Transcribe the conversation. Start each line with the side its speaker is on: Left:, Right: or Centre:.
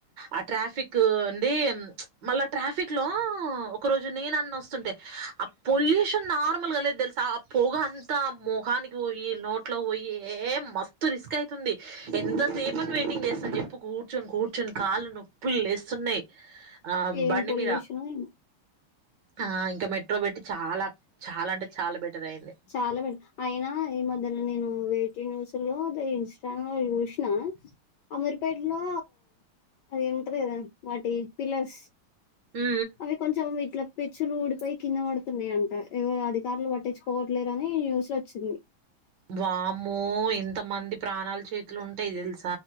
Right: ఆ ట్రాఫిక్ అండి మళ్ళా ట్రాఫిక్ లో ఒక రోజు నేను వస్తుంటే ఆ పొల్యూషన్ నార్మల్గా లేదు తెలుసా ఆ పొగ అంతా మొహనికి పోయి నోట్లో పోయి ఏ మస్తు రిస్క్ అయితుంది ఎంతసేపుని వెయిటింగ్ చేస్తాను చెప్పు కూర్చొని కూర్చోని కూర్చొని కాళ్లు నొప్పులు లేస్తున్నాయి ఆ
Left: ఏం
Right: బండి
Left: పొల్యూషన్
Right: మీద
Left: ఏమో
Right: ఆ ఇంకా మెట్రో పెట్టి చాలా చాలా అంటే చాలా బెటర్ అయింది
Left: చాలా బెట్ అయినా ఈ మధ్యలో నేను వేటూ న్యూస్ న్యూస్ లో దే ఇంస్టానో లో చూసిన అమర్ పెటలో అది ఉంటది కదా వాటి పిల్లర్స్
Right: ఉ
Left: అవి కొంచం ఇట్లా పెచ్చులు ఊడిపో కింద పడుతున్నాయంట ఎవరు అధికారులు పట్టించుకోవట్లేరని న్యూస్ ఎ వచ్చింది
Right: వామ్మో ఎంత మంది ప్రాణాలు చేతులు ఉంటాయి తెలుసు